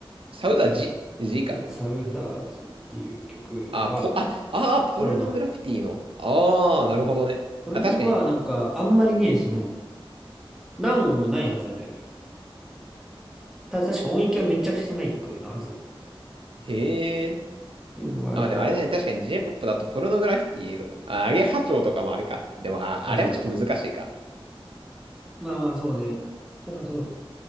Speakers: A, on the right; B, in the centre.
A: サウダージジか。
B: うんサウダージっていう曲が、
A: あ、ポ、あ、あー、ポルノグラフィティの。
B: これの、
A: ああ、なるほどね。
B: うんこの曲はなんかあんまりね、
A: あ、確かに。
B: その、何音もないはずなんだよね。た、確か音域はめちゃくちゃ狭い曲のはずっ
A: へえ。
B: ていうのがあるから、
A: あ、でもあれだね。確かに J-POP だとポルノグラフィティとか、あ、アゲハチョウとかもあれか。でも、あ、
B: あ、
A: あれはちょっと難しいか。
B: そう。まあまあそうね。ただそう、